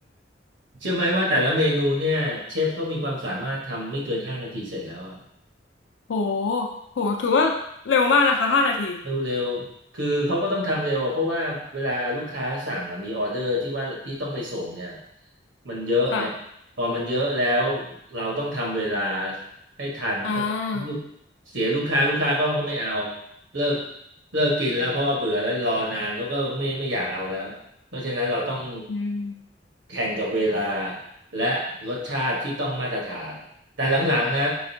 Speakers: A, on the right; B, on the left.
A: เชื่อไหมว่าแต่ละเมนูเนี่ยเชฟเขามีความสามารถทำไม่เกินห้านาทีเสร็จแล้วอะ
B: โหโหถือว่าเร็วมากนะคะห้านาที
A: เร็วเร็วคือเขาก็ต้องทำเร็วอะเพราะว่าเวลาลูกค้าสั่งอะมีออเดอร์ที่ว่าพี่ต้องไปส่งเนี่ยมันเยอะไง
B: ค่ะ
A: พอมันเยอะแล้วเราต้องทำเวลาให้ทันเพราะลูก
B: อ่า
A: เสียลูกค้าลูกค้าก็ก็ไม่เอาเลิกเลิกกินแล้วเพราะว่าเบื่อแล้วรอนานเขาก็ไม่ไม่อยากเอาแล้วเพราะฉะนั้นเราต้อง
B: อืมอืม
A: แข่งกับเวลาและรสชาติที่ต้องมาตรฐาน แต่หลังๆนะ